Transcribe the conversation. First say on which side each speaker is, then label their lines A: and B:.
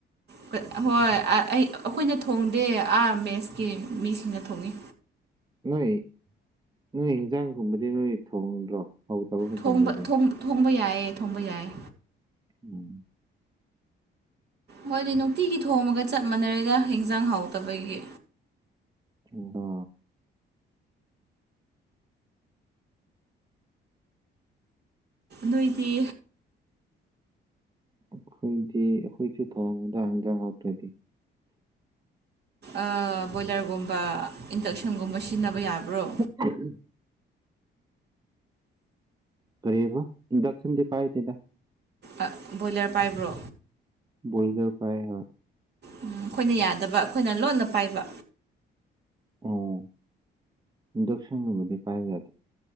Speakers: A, on the right (about 55°); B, on the right (about 20°).
A: ꯀꯩ ꯑꯍꯣꯏ ꯑ ꯑꯩ ꯑꯩꯈꯣꯏꯅ ꯊꯣꯡꯗꯦ ꯑꯥ ꯃꯦꯁꯀꯤ ꯃꯤꯁꯤꯡꯅ ꯊꯣꯡꯉꯤ
B: ꯅꯣꯏ ꯅꯣꯏ ꯏꯟꯖꯥꯡꯒꯨꯝꯕꯗꯤ ꯅꯣꯏ ꯊꯣꯡꯗ꯭ꯔꯣ ꯍꯧꯗꯕ ꯃꯇꯝꯗꯗꯤ
A: ꯊꯣꯡꯕ ꯊꯣꯡ ꯊꯣꯡꯕ ꯌꯥꯏꯌꯦ ꯊꯣꯡꯕ ꯌꯥꯏ
B: ꯎꯝ
A: ꯍꯣꯏꯗꯤ ꯅꯨꯡꯇꯤꯒꯤ ꯊꯣꯡꯃꯒ ꯆꯞ ꯃꯥꯟꯅꯔꯦꯗ ꯍꯦꯟꯖꯥꯡ ꯍꯥꯎꯇꯕꯒꯤ
B: ꯆꯤꯡꯗꯥ
A: ꯅꯣꯏꯗꯤ
B: ꯑꯈꯣꯏꯗꯤ ꯑꯈꯣꯏꯁꯨ ꯊꯣꯡꯉꯤꯗ ꯏꯟꯖꯥꯡ ꯍꯥꯎꯇ꯭ꯔꯗꯤ
A: ꯑꯥ ꯕꯣꯏꯂ꯭ꯔꯒꯨꯝꯕ ꯏꯟꯗꯛꯁꯟꯒꯨꯝꯕ ꯁꯤꯖꯤꯟꯅꯕ ꯌꯥꯕ꯭ꯔꯣ
B: <unintelligible> ꯀꯔꯤꯑꯕ ꯏꯟꯗꯛꯁꯟꯗꯤ ꯄꯥꯏꯗꯦꯗ
A: ꯑ ꯕꯣꯏꯂ꯭ꯔ ꯄꯥꯏꯕ꯭ꯔꯣ
B: ꯕꯣꯏꯂ꯭ꯔ ꯄꯥꯏ ꯍꯣꯏ
A: ꯎꯝ ꯑꯩꯈꯣꯏꯅ ꯌꯥꯗꯕ ꯑꯩꯈꯣꯏꯅ ꯂꯣꯟꯅ ꯄꯥꯏꯕ
B: ꯑꯣ ꯏꯟꯗꯛꯁꯟꯒꯨꯝꯕꯗꯤ ꯄꯥꯏꯕ ꯌꯥꯗꯦ